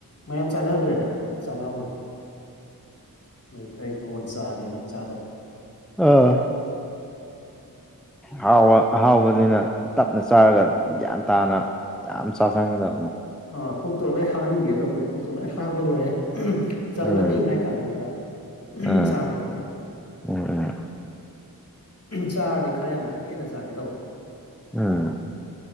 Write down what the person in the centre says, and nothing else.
ꯑꯣ
ꯍꯥꯎꯕ ꯑꯍꯥꯎꯕꯗꯨꯅ ꯇꯞꯅ ꯆꯥꯔꯒ ꯒ꯭ꯌꯥꯟ ꯇꯥꯅ ꯌꯥꯝ ꯁꯥꯁꯥꯒꯗꯕ
ꯎꯝ
ꯎꯝ
ꯎꯝ ꯎꯝ
ꯎꯝ